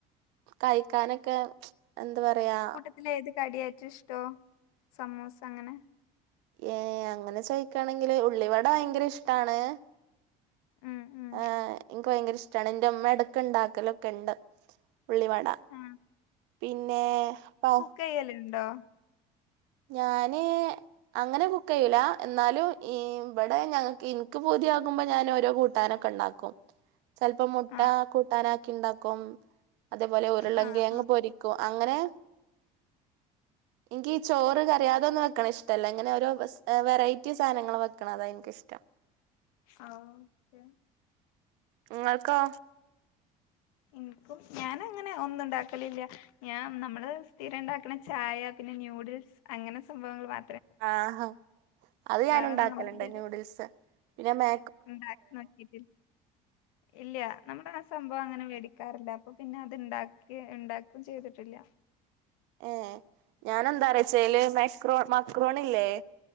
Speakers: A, on the right; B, on the left.
A: കഴിക്കാനൊക്കെ എന്താ പറയാ
B: ഇതിലേത് കടിയാറ്റോഷ്ടോ സമൂസ അങ്ങനെ
A: ഏ അങ്ങനെ ചോയിക്കാണെങ്കില് ഉള്ളി വട ഭയങ്കര ഇഷ്ടാണ്
B: ഉം ഉം
A: ഹ് എനിക്ക് ഭയങ്കര ഇഷ്ടമാണ് എന്റെ മ്മ എടക് ണ്ടാക്കലൊക്കെണ്ട് ഉള്ളി വടാ
B: ആ
A: പിന്നേ പ്പ
B: കുക്കയ്യലുണ്ടോ
A: ഞാന് അങ്ങനെ കുക്ക് ചെയില എന്നാലും ഈ ഇവിടെ ഞങ്ങക്ക് ഇനിക്ക് പൂതിയാകുമ്പോ ഞൻ ഓരോ കൂ ട്ടാനൊക്കെ ഉണ്ടാക്കും ചിലപ്പോ മുട്ട
B: ആ
A: കൂട്ടാനാക്കി ഉണ്ടാക്കും അതേപോലെ ഉരുളങ്കിയങ്
B: ആ ആ
A: പൊരി ക്കു അങ്ങനെ ഇൻക്കി ചോറ് കറി അതൊന്നും വെക്കണ ഇഷ്ടല്ല അങ്ങനെ ഓരോ വെറൈറ്റി സാധങ്ങള് വെക്കണം അതാണ് എനിക്കിഷ്ടം
B: ആഹ് ഓക്കെ
A: ഇങ്ങൾക്കോ
B: ഇൻക്കും ഞാനങ്ങനെ ഒന്നും ഉണ്ടാക്കലില്ല ഞാൻ നമ്മള് സ്ഥിരം ഉണ്ടാക്കണ ചായ പിന്നെ ന്യൂഡിൽസ് അങ്ങനെ സംഭവങ്ങൾ മാ
A: ആഹാ അത് ഞാന്ണ്ടാക്കലണ്ട്
B: വേറൊന്നും നമ്മളിതുവരെ
A: ന്യൂഡിൽസ് പിന്നെ മാ
B: ഉണ്ടാക്കി നോക്കിട്ടില്ല ഇല്ല നമ്മളാ സംഭവം അങ്ങനെ മേടിക്കാറില്ല അപ്പൊ പിന്നെ അത്ണ്ടാക്കി ഉണ്ടാക്കും ചെയ്തിട്ടില്ല
A: ഏ ഞാനെന്താ അറിച്ചല് മക്രോ മക്രോണില്ലേ